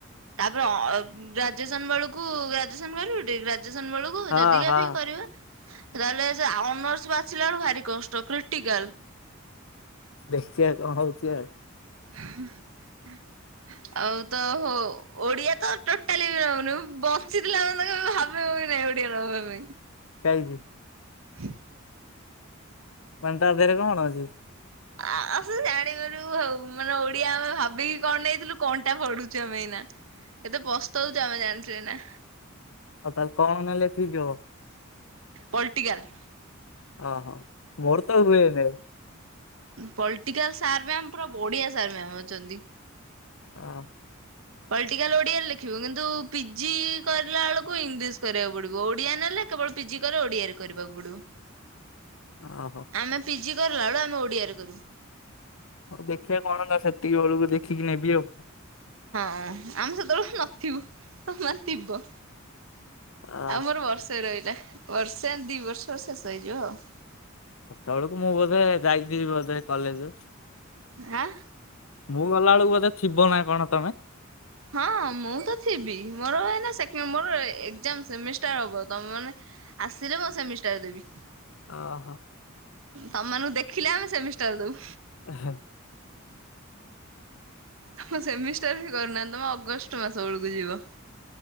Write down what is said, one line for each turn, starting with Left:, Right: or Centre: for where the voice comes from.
Right: ତାପରେ ଅ ଗ୍ରାଜୁଏସନ ବେଳକୁ ଗ୍ରାଜୁଏସନ କରିବ ଟି? ଗାଜୁସନ ବେଳକୁ
Left: ହଁ
Right: ଯଦିକା
Left: ହଁ
Right: ବି କରିବା। ତାହେଲେ ସେ ଅନର୍ସ ବାଛିଲା ବେଳ କୁ ଭାରି କଷ୍ଟ କ୍ରିଟିକାଲ।
Left: ଦେଖିଆ କଣ ହଉଛି ଆଉ।
Right: <unintelligible> ଆଉ ତ ହ ଓଡିଆ ତ ଟୋଟାଲି ବି ରହୁନି ବଞ୍ଚିଥିଲା ଆ ତା ଭାବୁ ଏଉଠ ଓଡ଼ିଆ ନେବା ପାଇଁ।
Left: କାହିଁକି?
Right: ଖି
Left: ମାନେ ଟା ଦେହରେ କଣ ଅଛି?
Right: ଆମେ ଆସୁ ଜାଣିବାରୁ ହଉ ମାନେ ଓଡିଆ ଆମେ ଭାବିକି କଣ ନେଇଥିଲୁ କଣଟା ପଢୁଛୁ ଆମେ ଏଇନା। ଏତେ ପସ୍ତହଉଛୁ ଆମେ ଜାଣିଛୁ ଏନା।
Left: ଆଉ ତାହେଲେ କଣ ନେଲେ ଠିକ ହବ।
Right: ପଲିଟିକାଲ୍।
Left: ଓହୋ ମୋର ତ ହୁଏନାଇ
Right: ପ୍ଳଟିକାଲ ସାର ମାମା ପୁର ବଢୀଆ ସାର ମା ଅଛନ୍ତି।
Left: ହଁ।
Right: ପଲିଟିକାଲ ଓଡିଆରେ ଲେଖିବ କିନ୍ତୁ ପିଜି କରିଲା ବେଳକୁ ଇଂଲିଶ କରିବାକୁ ପଡିବ ଓଡିଆ ନେଲେ କେବଳ ପିଜି କଲେ ଓଡିଆରେ କରିବାକୁ ପଡିବ।
Left: ଓହୋ
Right: ଆମେ ପିଜି କଲାବେଳୁ ଆମେ ଓଡିଆରେ କରୁ।
Left: ଆଉ ଦେଖିବା କଣ ତ ସେତିକି ବେଳକୁ ଦେଖିକି ନେବି ଆଉ।
Right: ଆ ଆମେ ସେତେବେଳେକୁ ନଥିବୁ ତମେ ଥିବ।
Left: ଅ
Right: ଆଉ ମୋର ବର୍ଷେ ରହିଲା ବର୍ଷେ ଦିଇ ବର୍ଷ ଶେଷ ହେଇଯିବ ଆଉ।
Left: ସେତେବେଳକୁ ମୁଁ ବୋଧେ ଯାଇଥି ବୋଧେ କଲେଜ
Right: ହାଁ।
Left: ମୁଁ ଗଲା ବେଳକୁ ବୋଧେ ଥିବ ନାଆଁ କଣ ତମେ?
Right: ହଁ ମୁଁ ତ ଥିବି ମୋର ଏବେ ସେକେଣ୍ଡ ମୋର ଯାମ ସେମିଷ୍ଟାର ହବ ତମ ମାନେ ଆସିଲେ ମୁଁ ସେମିଷ୍ଟାର ଦେବି।
Left: ଓ ହୋ।
Right: ତମଙ୍କୁ ଦେଖିଲେ ଆମେ ସେମିଷ୍ଟର ଦବୁ।
Left: ହେ
Right: ଆମ ସେମିଷ୍ଟାର ବି କରୁନାହାନ୍ତି ତମେ ଅଗଷ୍ଟ ମାସ ବେଳକୁ ଯିବ।